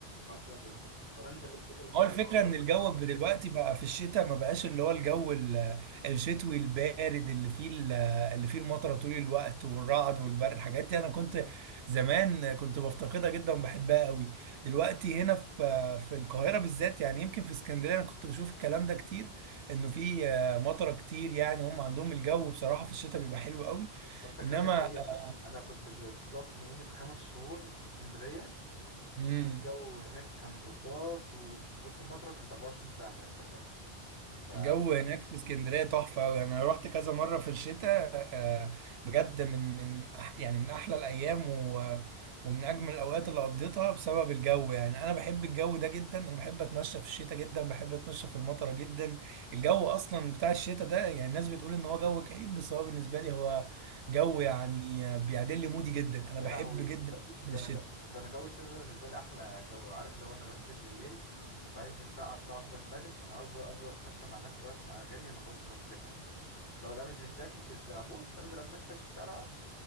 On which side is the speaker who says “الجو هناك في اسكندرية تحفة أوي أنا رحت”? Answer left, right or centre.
Right